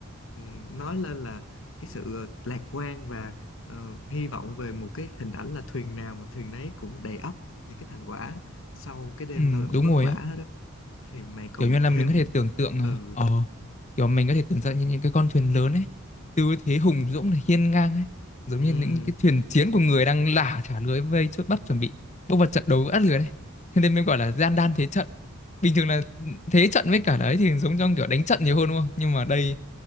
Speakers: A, on the left; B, on the left.
A: ừm, nói lên là cái sự ờ, lạc quan và ờ, hy vọng về một cái hình ảnh là thuyền nào mà thuyền nấy cũng đầy ắp những cái thành quả sau cái đêm
B: ừ
A: lao động
B: đúng
A: vất
B: rồi
A: vả
B: á
A: đó thì mày còn
B: kiểu như là
A: thêm
B: mình có thể tưởng tượng ờ
A: ừ
B: ờ, kiểu mình có thể tưởng tượng như những cái con thuyền lớn ấy tư thế hùng dũng này hiên ngang ấy giống
A: Ừ,
B: như những cái thuyền chiến của người đang lả thả lưới vây chốt bắt chuẩn bị bước vào trận đấu với át lưới đấy thế nên mình gọi là gian đan thế trận bình thường là ừ, thế trận với cả đấy thì giống trong kiểu đánh trận nhiều hơn đúng không nhưng mà đây